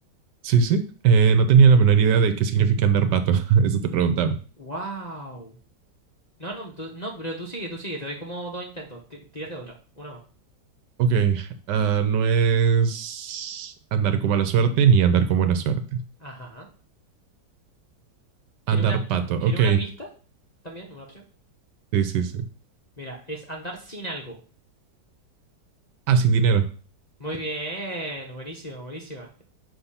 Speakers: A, on the right (about 75°); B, on the left (about 30°).
A: Sí, sí. Eh, no tenía la menor idea de qué significa andar pato. <laughs> Eso te preguntaba.
B: Wow. No, no, tú- no, pero tú sigue, tú sigue. Te doy como dos intentos. Tí- Tírate otra, una más.
A: Ok, ah, no es andar con mala suerte ni andar con buena suerte.
B: Ajá. ¿Quiere
A: Andar
B: una,
A: pato,
B: quiere
A: ok.
B: una pista? También, una opción.
A: Sí, sí, sí.
B: Mira, es andar sin algo.
A: Ah, sin dinero.
B: Muy bien, buenísima, buenísima.